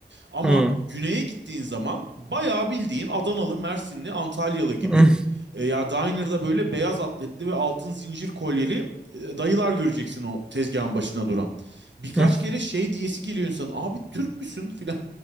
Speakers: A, on the right; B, in the centre.
A: Ama
B: Hı.
A: güneye gittiğin zaman bayağı bildiğin Adanalı, Mersinli, Antalyalı gibi
B: Hı.
A: e, ya diner'da böyle beyaz atletli ve altın zincir kolyeli e, dayılar göreceksin o tezgahın başına duran. Birkaç
B: Hı.
A: kere şey diyesi geliyor insan. Abi Türk müsün filan